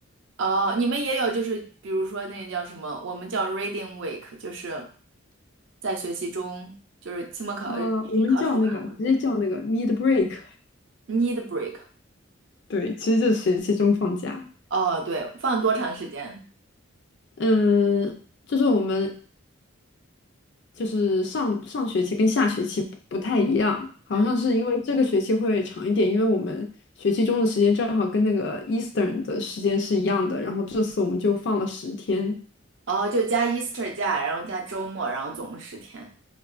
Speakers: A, on the right (about 65°); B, on the left (about 55°).
A: 哦，你们也有，就是比如说那个叫什么，我们叫 reading week，就是在学期中，就是期末考，
B: 啊，
A: 呃，期中考试完会
B: 我们叫那个直接叫那个 mid break，
A: need break。
B: <laughs> 对，其实就是学期中放假。
A: 哦，对，放多长时间？
B: 嗯，就是我们就是上上学期跟下学期不不太一样，好像是因为这个学期会长一点，
A: 嗯，
B: 因为我们学期中的时间正好跟那个 Eastern 的时间是一样的，然后这次我们就放了十天。
A: 哦，就加 Easter 假，然后加周末，然后总共十天。